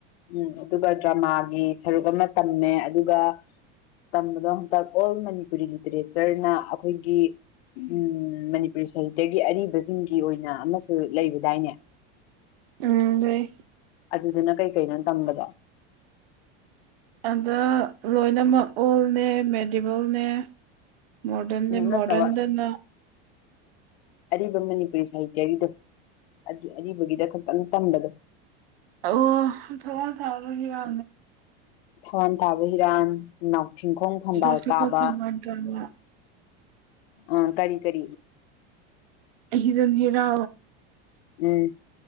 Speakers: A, on the left; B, on the right.
A: ꯎꯝ ꯑꯗꯨꯒ ꯗ꯭ꯔꯃꯥꯒꯤ ꯁꯔꯨꯛ ꯑꯃ ꯇꯝꯃꯦ ꯑꯗꯨꯒ ꯇꯝꯕꯗꯣ ꯍꯟꯇꯛ ꯑꯣꯜ ꯃꯅꯤꯄꯨꯔꯤ ꯂꯤꯇꯔꯦꯆꯔꯅ ꯑꯩꯈꯣꯏꯒꯤ ꯎꯝ ꯃꯅꯤꯄꯨꯔꯤ ꯁꯥꯍꯤꯇꯒꯤ ꯑꯔꯤꯕꯁꯤꯡꯒꯤ ꯑꯣꯏꯅ ꯑꯃꯁꯨ ꯂꯩꯕꯗꯥꯏꯅꯦ
B: ꯎꯝ ꯂꯩ
A: ꯑꯗꯨꯗꯨꯅ ꯀꯩꯀꯩꯅꯣ ꯇꯝꯕꯗꯣ
B: ꯑꯗ ꯂꯣꯏꯅꯃꯛ ꯑꯣꯜꯅꯦ ꯃꯦꯗꯤꯕꯜꯅꯦ ꯃꯣꯗꯔꯟ
A: ꯎꯝ ꯅꯠꯇꯕ
B: ꯃꯣꯗꯔꯟꯗ ꯅ
A: ꯑꯔꯤꯕ ꯃꯅꯤꯄꯨꯔꯤ ꯁꯥꯍꯤꯇ꯭ꯌꯒꯤꯗꯣ ꯑꯗꯨ ꯑꯔꯤꯕꯒꯤꯗ ꯈꯛꯇꯪ ꯇꯝꯕꯗꯣ
B: ꯑꯣ ꯊ ꯊꯥꯕꯖꯤꯗ
A: ꯊꯋꯥꯟ ꯊꯥꯕ ꯍꯤꯔꯥꯡ ꯅꯥꯎꯊꯤꯡꯈꯣꯡ ꯐꯝꯕꯥꯜ
B: ꯂꯧꯊꯣꯛꯄ
A: ꯀꯥꯕ
B: ꯐꯪꯉꯣꯏꯗ꯭ꯔꯅ
A: ꯑꯥ ꯀꯔꯤ ꯀꯔꯤ
B: ꯏꯔꯗꯤꯔ
A: ꯎꯝ